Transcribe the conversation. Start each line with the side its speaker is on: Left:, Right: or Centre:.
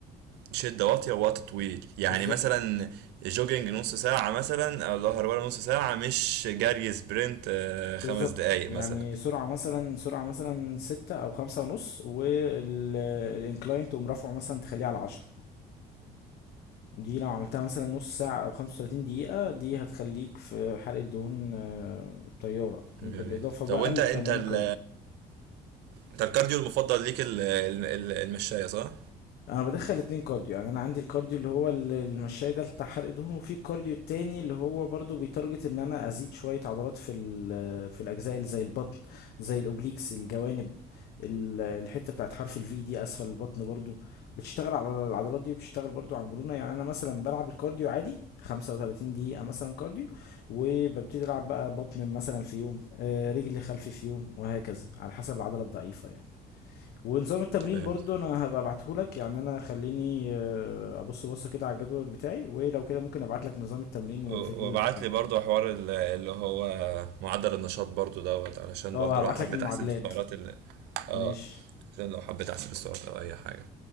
Right: شدة واطية ووقت طويل يعني
Left: بالظبط
Right: مثلا جوجينج نص ساعة مثلا او ظهر ولا نص ساعة مش جري سبرنت آه، خمس
Left: بالظبط
Right: دقايق
Left: يعني
Right: مثلا
Left: سرعة مثلا سرعة مثلا ستة أو خمسة ونص والإنكلاين تقوم رافعه مثلا تخليه على عشرة دي لو عملتها مثلا نص ساعة أو خمسة وتلاتين دقيقة دي هتخليك في حرقة دهون آه، طيارة بالإضافة
Right: جميل
Left: بقى
Right: طب وانت
Left: لتمارين
Right: انت ال
Left: كارديو
Right: انت الكارديو المفضل ليك ال- ال- ال- المشاية صح؟
Left: انا بدخل اتنين كارديو يعني انا عندي الكارديو اللي هو ال- المشاية ده بتاع حرق دهون وفي الكارديو التاني اللي هو برضو بيتارجت ان انا ازيد شوية عضلات في ال- في الاجزاء اللي زي البطن زي الاوبليكس الجوانب ال- الحتة بتاعت حرف الفي دي اسفل البطن برضو بتشتغل على العضلات دي وبتشتغل برضو على المرونة يعني انا مثلا بلعب الكارديو عادي 35 دقيقة مثلا كارديو وببتدي العب بقى بطن مثلا في يوم آه، رجل خلفي في يوم وهكذا على حسب العضلة الضعيفة يعني. ونظام التمرين
Right: فهمت
Left: برضو انا هبقى ابعتهولك يعني انا خليني آه، ابص بصه كده على الجدول بتاعي ولو كده ممكن ابعتلك نظام التمرين والفيديوز
Right: و- وبعت
Left: بتاعتي
Right: لي برضه حوار ال- اللي هو معدل النشاط برضه دوت علشان
Left: اه
Right: برضه
Left: هبعتلك
Right: لو حبيت
Left: المعادلات
Right: احسب السعرات اللي اه
Left: ماشي
Right: عشان لو حبيت احسب السعرات او اي حاجة